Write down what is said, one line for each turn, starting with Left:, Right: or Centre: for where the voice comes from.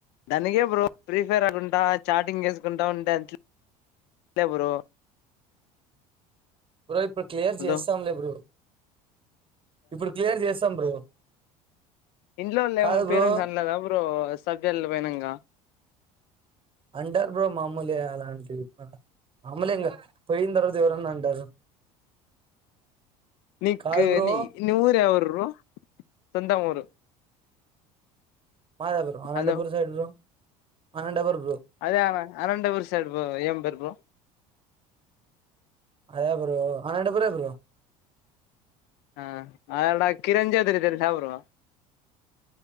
Left: దానికె బ్రో ఫ్రీ ఫైర్ అకుంటా చాటింగ్ చేసుకుంటా ఉంటే అట్లే బ్రో
Right: బ్రో ఇప్పుడు క్లియర్
Left: హలో
Right: చేస్తాంలే బ్రో ఇప్పుడు క్లియర్ చేస్తాం బ్రో
Left: ఇంట్లో వాళ్ళ
Right: కాదు
Left: ఏమో
Right: బ్రో
Left: పేరెంట్స్ అనలేదా బ్రో సబ్జెక్ట్ పోయినాంక
Right: అంటర్ బ్రో మామూలే అలాంటివి మామూలే ఇంగ పోయిన తర్ ఎవరన్నా అంటారు
Left: నీకు
Right: కాదు బ్రో
Left: ని ని ఊరు ఎవరు బ్రో సొంతం ఊరు
Right: మాదే bro Anantapur
Left: hello
Right: side bro అనటడబుర్
Left: అదే అ అనంతపూర్ సైడ్ బ్రో ఏం పేరు బ్రో
Right: అదే బ్రో అనంటపూరే బ్రో
Left: ఆ అడ కిరణ్ చౌదరి తెలుస బ్రో